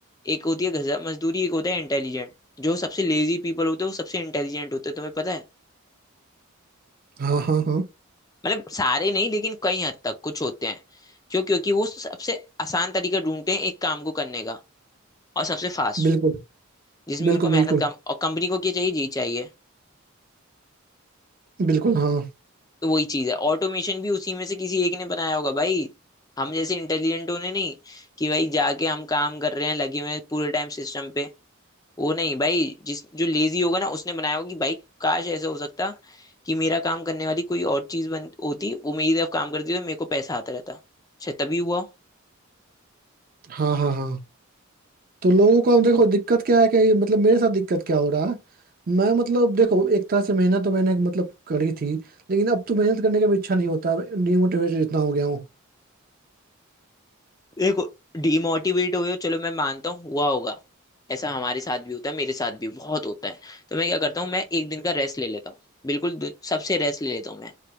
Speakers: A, on the left; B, on the right.
A: एक होती है गधा मजदूरी एक होता है इंटेलिजेंट जो सबसे लेजी पीपल होते हैं वो सबसे इंटेलिजेंट होते हैं तुम्हें पता है
B: हाँ हाँ हाँ
A: मतलब सारे नहीं लेकिन कई हद तक कुछ होते हैं क्यों क्योंकि वो सबसे आसान तरीका ढूंढते हैं एक काम को करने का और सबसे फास्ट
B: बिल्कुल
A: जिसमें
B: बिल्कुल
A: उनको मेहनत
B: बिल्कुल
A: कम और कंपनी को क्या चाहिए यही चाहिए
B: बिल्कुल हाँ
A: तो वही चीज है ऑटोमेशन भी उसी में से किसी एक ने बनाया होगा भाई हम जैसे इंटेलिजेंट होने नहीं कि भाई जाके हम काम कर रहे हैं लगे हुए हैं पूरे टाइम सिस्टम पे वो नहीं भाई जिस जो लेजी होगा ना उसने बनाया होगा कि भाई काश ऐसा हो सकता कि मेरा काम करने वाली कोई और चीज बन होती वो मेरी तरफ काम करती तो मेरे को पैसा आता रहता शायद तभी हुआ हो।
B: हाँ हाँ हाँ तो लोगों को अब देखो दिक्कत क्या है कि मतलब मेरे साथ दिक्कत क्या हो रहा है मैं मतलब देखो एक तरह से मेहनत तो मैंने मतलब करी थी लेकिन अब तो मेहनत करने का भी इच्छा नहीं होता डिमोटिवेटेड इतना हो गया हूँ
A: देखो डिमोटिवेट हुए हो चलो मैं मानता हूँ हुआ होगा ऐसा हमारे साथ भी होता है मेरे साथ भी बहुत होता है तो मैं क्या करता हूँ मैं एक दिन का रेस्ट ले लेता हूँ बिल्कुल दु- सबसे रेस्ट ले लेता हूँ मैं